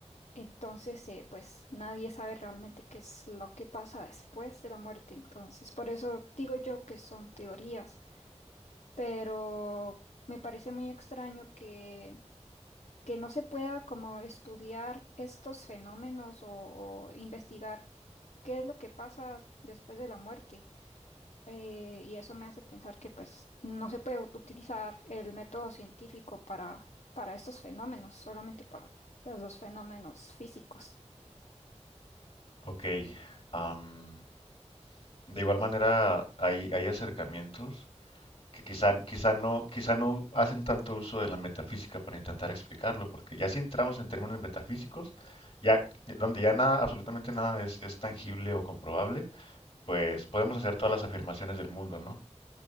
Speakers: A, on the left; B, on the left.
A: Entonces, eh, pues nadie sabe realmente qué es lo que pasa después de la muerte. Entonces, por eso digo yo que son teorías, pero me parece muy extraño que, que no se pueda como estudiar estos fenómenos o, o investigar qué es lo que pasa después de la muerte. Eh, y eso me hace pensar que pues no se puede utilizar el método científico para, para estos fenómenos, solamente para pues, los fenómenos físicos.
B: ok. Am, de igual manera, hay, hay acercamientos que quizá, quizá no, quizá no hacen tanto uso de la metafísica para intentar explicarlo, porque ya si entramos en términos metafísicos, ya donde ya nada, absolutamente nada es, es tangible o comprobable, pues podemos hacer todas las afirmaciones del mundo, ¿no?